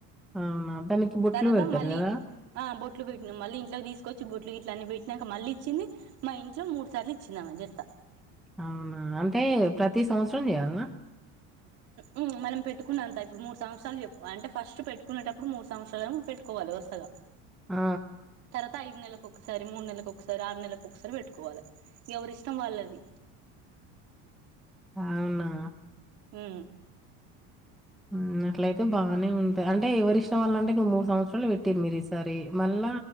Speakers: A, in the centre; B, on the right.
A: అవునా దానికి బొట్లు
B: తర్వాత
A: పెడతారు
B: మళ్ళీ
A: కదా
B: ఆ బొట్లు పెట్నం. మళ్ళీ ఇంట్లోకి తీసుకొచ్చి, బొట్లు ఇట్ల అన్నీ బే. ఇందాక మళ్లీ ఇచ్చింది మా ఇంట్లో మూడు సార్లు ఇచ్చిందామే జరిత
A: అవునా అంటే ప్రతి సంవత్సరం చేయాలనా
B: ఉ వు మనం పెట్టుకున్నంత, ఇప్పుడు మూడు సంవత్సరాలు చెప్ అంటే ఫస్ట్ పెట్టుకునేటప్పుడు, మూడు సంవత్సరాలేమో పెట్టుకోవాలి వరుసగా.
A: ఆ
B: త ఐదు నెల్లకు ఒకసారి, మూడు నెల్లకు ఒకసారి, ఆరు నెల్లకు ఒకసారి పెట్టుకోవాల. ఎవరి ఇష్టం వాళ్లది
A: అవునా
B: హు
A: మ్మ్ అట్లయితే బానే ఉంటంది. అంటే ఎవరి ఇష్టం వాళ్లంటే నువ్వు మూడు సంవత్సరాలు, పెట్టిరు మీరు ఈసారి మల్ల